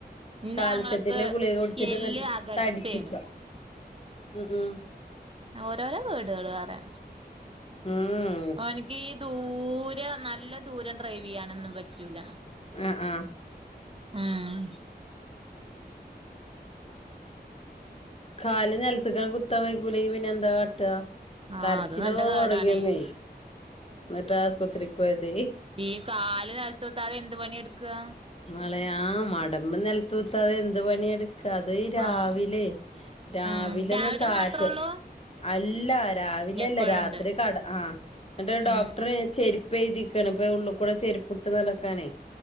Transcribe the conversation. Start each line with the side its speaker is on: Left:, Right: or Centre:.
Right: ഇന്റെ
Left: കാൽസ്യത്തിന്റെ
Right: ആങ്ങളക്ക്
Left: ഗളിക കുടിച്ചിട്ട്
Right: എല്ല്
Left: ന്നട്ട്
Right: അകൽച്ചേണ്
Left: തടിച്ചിക്ക. മ്മ്ഹ്ഹ്..
Right: അ. ഓരോരോ കെടുകള് പറയ..
Left: മ്മ്ഹ്ഹ്..
Right: ഓന്ക്. ഈ ദൂരെ നല്ല ദൂരം ഡ്രൈവ് ചെയ്യാനൊന്നും പറ്റൂല..
Left: ആ ആ..
Right: ആഹആ..
Left: കല് നൽത്തക്കണ്ട്. കുത്താ വെയി ക്കൂലങ്കി. പിന്നെ എന്താ കാട്ട്അ.
Right: ആഹ്
Left: കരച്ചിലൊക്കെ
Right: അത് നല്ല കേടാണേ
Left: തൊടങ്ങിയന്നേ.. ന്നിട്ടആസു്പത്രികൊയതേ.
Right: ഈ കാല് നെൽത്തുതാതെ. എന്ത് പണിയട്ക്അ.
Left: മളെ ആ മടബ് നെലത്തൂത്താതെ. എന്ത് പണിയെടുക്ക.. ക അത് രാവിലെ
Right: ആഹ്
Left: രാവില
Right: ഉം രാവിലെ
Left: ഒന്ന് തായത്.
Right: മാത്രൊള്ളൂ
Left: അല്ല രാവില
Right: എപ്പഴുണ്ട്
Left: അല്ല രാത്രി കട ആഹ. എന്നിട്ടൊരു.
Right: ഉം
Left: ഡോക്ടറേ.. ചെരിപ്പെഴുതിക്കാണ്. ഇപ്പൊ ഉള്ളു. കൂടെ ചെര്പ്പ്ട്ട്. നടക്കാണെയ്.